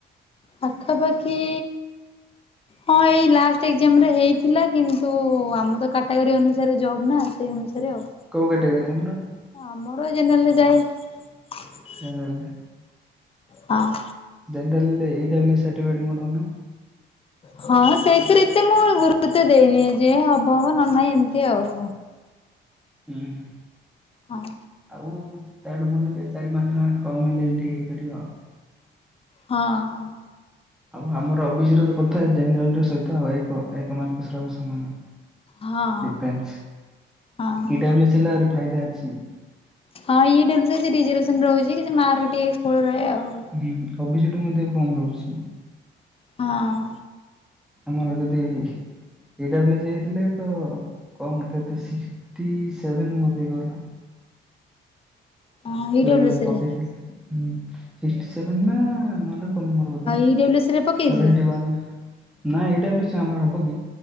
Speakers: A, on the left; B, in the centre.
A: ପାଖାପାଖି ହଁ ଏଇ ଲାଷ୍ଟ ଏକ୍ଜାମ ରେ ହେଇଥିଲା କିନ୍ତୁ ଆମର ତ କାଟାଗୋରୀ ଅନୁସାରେ ଜବ୍ ନା ସେଇ ଅନୁସାରେ। ସେରେ ଆଉ।
B: କୋଉ କାଟାଗୋରୀ ତମର?
A: ଆମର ଜେନେରାଲ ରେ ଯାଏ।
B: ଜେନେରାଲ।
A: ହଁ।
B: ଜେନେରାଲ ରେ ଏ ଡବ୍ଲୁ ସର୍ଟିଫିକେଟ ମରଉନ।
A: ହଁ ସେଇଥିରେ ଏତେ ମୁଁ ଗୁରୁତ୍ ଦେଇନି ଏଯାଇ ହବ ହବ ନ ନହିଁ ଏମିତି ଆଉ।
B: ହୁଁ ହଁ
A: ହଁ।
B: ଆଉ? ତାଠେ ବନେଇଲେ ଚାରି ପାଞ୍ଚ ଟଙ୍କ କମ୍ ହେଲେ ଅମିତି ହେଇପାରିବ ଆଉ।
A: ହଁ।
B: ଆଉ ଆମର ଅବିଶି ର କଥା ଜେନେଲ ଏକ ଏକ ମାର୍କ ସହ ସମାନ।
A: ହଁ
B: <unintelligible>
A: ହଁ।
B: ଦିଟା <unintelligible> ହେଲା ଫାଇଦା ଅଛି।
A: ହଁ ଇଏଟ ଡିଜିଭସନ ରହୁଛି କିଛି ମାର୍କ ଟିକେ ଫୁଲ ରହେ ଆଉ।
B: ହୁଁ ଓ ବି ସି ର ମଧ୍ୟ କମ ରହୁଛି।
A: ହଁ।
B: ଆମର ଯଦି <unintelligible> ହେଇଥିଲେ ତ। କମ କେତେ ସିକ୍ସଟି ସେଭେନ ବଧେ ଗଲା।
A: ହଁ ଇ ଡବ୍ଲୁ
B: ମୁଁ
A: ସି
B: ପକେଇଥିଲି
A: ରେ
B: ନା ମେ <inaudible> ମର ବେ
A: ଇ ଡବ୍ଲୁ ସି ରେ ପକେଇଥିଲେ?
B: ସେଭଣ୍ଟିନ୍ ନାଁ ଏଇ ଡବ୍ଲୁ କ୍ୟାମେରା ହବ।